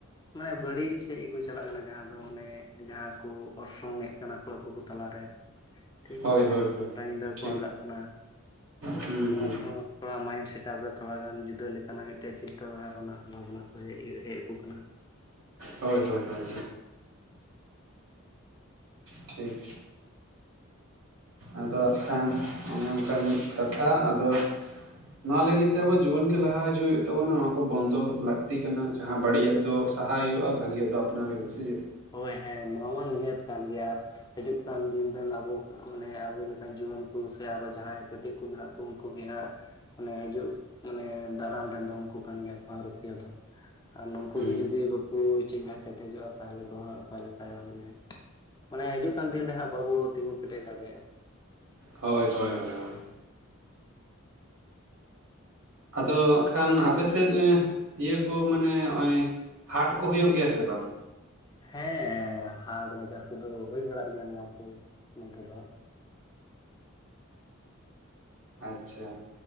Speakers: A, on the left; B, on the right.
A: ᱢᱟᱱᱮ ᱵᱟᱹᱲᱤᱡ ᱥᱮᱫ ᱜᱮᱠᱚ ᱪᱟᱞᱟᱜ ᱠᱟᱱᱟ ᱡᱟᱦᱟᱸ ᱫᱚ ᱚᱱᱮ ᱡᱟᱦᱟᱸ ᱠᱚ ᱚᱨᱥᱚᱝ ᱮᱫ ᱠᱟᱱᱟ ᱠᱚᱲᱟ ᱠᱚᱠᱚ ᱛᱟᱞᱟᱨᱮ ᱴᱷᱤᱠ
B: ᱦᱳᱭ
A: ᱜᱮᱥᱮ
B: ᱦᱳᱭ ᱦᱳᱭ
A: ᱜᱚᱴᱟ ᱧᱤᱫᱟᱹᱠᱚ
B: ᱴᱷᱤᱠ
A: ᱟᱸᱜᱟᱜ ᱠᱟᱱᱟ
B: ᱦᱩᱸ
A: ᱱᱚᱣᱟ
B: ᱦᱩᱸ
A: ᱛᱮᱦᱚᱸ ᱛᱷᱚᱲᱟ ᱢᱟᱭᱤᱱᱰ ᱥᱮᱴᱟᱯ ᱨᱮ ᱛᱷᱚᱲᱟ ᱜᱟᱱ ᱡᱩᱫᱟᱹ ᱞᱮᱠᱟᱱᱟᱜ ᱢᱤᱫᱴᱮᱱ ᱪᱤᱱᱛᱟᱹ ᱵᱷᱟᱵᱱᱟ ᱵᱷᱟᱵᱱᱟ ᱠᱚ ᱦᱮᱡ ᱟᱠᱚ ᱠᱟᱱᱟ ᱾
B: ᱦᱳᱭ ᱦᱳᱭ ᱦᱳᱭ ᱴᱷᱤᱠ ᱟᱫᱚ ᱦᱟᱸᱜ ᱠᱷᱟᱱ ᱚᱱᱮ ᱚᱱᱠᱟᱱ ᱠᱟᱛᱷᱟ ᱟᱫᱚ ᱱᱚᱣᱟ ᱞᱟᱹᱜᱤᱫ ᱛᱮ ᱟᱵᱚ ᱡᱩᱣᱟᱹᱱ ᱜᱮ ᱞᱟᱦᱟ ᱦᱤᱡᱩᱜ ᱦᱩᱭᱩᱜ ᱛᱟᱵᱚᱱᱟ ᱱᱚᱣᱟ ᱠᱚ ᱵᱚᱱᱫᱚ ᱞᱟᱹᱠᱛᱤ ᱞᱟᱹᱠᱛᱤ ᱠᱟᱱᱟ ᱡᱟᱦᱟᱸ ᱵᱟᱹᱲᱤᱡᱟᱜ ᱫᱚ ᱥᱟᱦᱟ ᱦᱩᱭᱩᱜᱼᱟ ᱵᱷᱟᱹᱜᱤᱭᱟᱜ ᱫᱚ ᱟᱯᱱᱟᱨ ᱦᱩᱭᱩᱜᱼᱟ ᱥᱮ ᱪᱮᱫ
A: ᱦᱳᱭ ᱦᱮᱸ ᱱᱚᱣᱟ ᱢᱟ ᱱᱤᱦᱟᱹᱛ ᱠᱟᱱ ᱜᱮᱭᱟ ᱟᱨ ᱦᱤᱡᱩᱜ ᱠᱟᱱ ᱫᱤᱱ ᱨᱮᱱ ᱟᱵᱚ ᱢᱟᱱᱮ ᱟᱵᱚ ᱞᱮᱠᱟᱱ ᱡᱩᱣᱟᱹᱱ ᱠᱚ ᱥᱮ ᱟᱨᱚ ᱡᱟᱦᱟᱸᱭ ᱪᱮᱫ ᱠᱚ ᱢᱮᱱᱟᱜ ᱠᱚ ᱩᱱᱠᱩ ᱜᱮ ᱦᱟᱸᱜ ᱚᱱᱮ ᱦᱤᱡᱩᱜ ᱢᱟᱱᱮ ᱫᱟᱨᱟᱢ ᱨᱮᱱ ᱫᱚ ᱩᱱᱠᱩ ᱠᱟᱱ ᱜᱮᱭᱟ ᱠᱚ ᱨᱩᱠᱷᱤᱭᱟᱹ ᱫᱚ ᱟᱨ ᱱᱩᱠᱩ
B: ᱦᱩᱸ
A: ᱜᱮ ᱡᱩᱫᱤ ᱵᱟᱠᱚ ᱪᱮᱸᱜᱷᱟ ᱠᱮᱴᱮᱡᱚᱜᱼᱟ ᱾ ᱛᱟᱦᱚᱞᱮ ᱫᱚ ᱦᱟᱸᱜ ᱚᱠᱟ ᱞᱮᱠᱟ ᱢᱟᱱᱮ ᱾ ᱢᱟᱱᱮ ᱦᱤᱡᱩᱜ ᱠᱟᱱ ᱫᱤᱱ ᱨᱮᱦᱟᱸᱜ ᱵᱟᱵᱚᱱ ᱛᱤᱸᱜᱩ ᱠᱮᱴᱮᱡ ᱫᱟᱲᱮᱭᱟᱜᱼᱟ ᱾
B: ᱦᱳᱭ ᱦᱳᱭ ᱦᱳᱭ ᱦᱳᱭ ᱟᱫᱚ ᱦᱟᱸᱜ ᱠᱷᱟᱱ ᱟᱯᱮ ᱥᱮᱫ ᱤᱭᱟᱹ ᱠᱚ ᱢᱟᱱᱮ ᱱᱚᱜᱼᱚᱭ ᱦᱟᱴ ᱠᱚ ᱦᱩᱭᱩᱜ ᱜᱮᱭᱟ ᱥᱮ ᱵᱟᱝ?
A: ᱦᱮᱸ ᱦᱟᱴ ᱵᱟᱡᱟᱨ ᱠᱚᱫᱚ ᱦᱩᱭ ᱵᱟᱲᱟᱜ ᱜᱮᱭᱟ ᱱᱚᱣᱟ ᱠᱚ ᱱᱚᱛᱮ ᱫᱚ ᱦᱟᱸᱜ
B: ᱟᱪᱪᱷᱟ